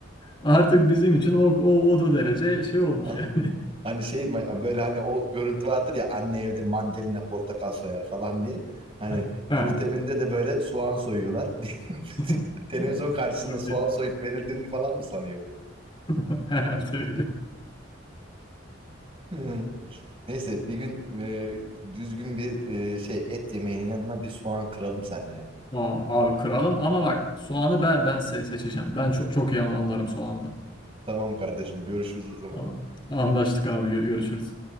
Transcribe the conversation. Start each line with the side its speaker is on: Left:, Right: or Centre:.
Left: artık bizim için o, o, o da derece şey olmuş
Right: Hı
Left: yani.
Right: Hani şey mi- böyle hani o görüntü vardır ya anne evde mandalina portakal soyar falan diye. Hani
Left: <laughs> Ha.
Right: Kürt evinde de böyle soğan soyuyorlar.
Left: <laughs>
Right: <laughs> Televizyon karşısında
Left: Çok
Right: soğan
Left: iyi.
Right: soyup verildiğini falan mı sanıyor bu?
Left: <laughs> Herhalde öyle.
Right: Hı. Neyse bir gün e, düzgün bir e, şey et yemeğinin yanına bir soğan kıralım seninle ya.
Left: Aa, abi kralım ama bak soğanı ben ben se- seçeceğim. Ben çok çok iyi an- anlarım soğanda.
Right: Tamam kardeşim görüşürüz o zaman.
Left: Tamam. Anlaştık abi gö- görüşürüz.